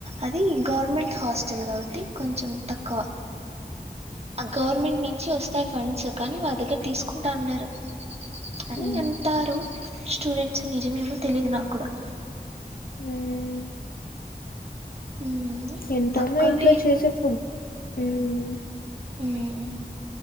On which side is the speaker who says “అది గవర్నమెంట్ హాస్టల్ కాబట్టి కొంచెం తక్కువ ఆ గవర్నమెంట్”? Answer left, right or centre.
Right